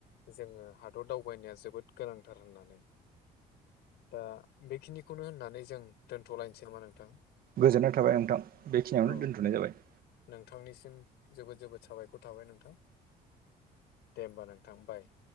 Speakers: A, on the left; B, on the right.
A: जोङो हादर दावबायनाया जोबोद गोनांथार होननानै दा बेखिनिखौनो होननानै जों दोनथ'लायनोसै नामा नोंथां?
B: गोजोननाय थाबाय नोंथां बेखिनियावनो
A: औ
B: दोन्थ'नाय जाबाय।
A: नोंथांनिसिम जोबोद जोबोद साबायखर थाबाय नोंथां दे होमबा नोंथां बाय।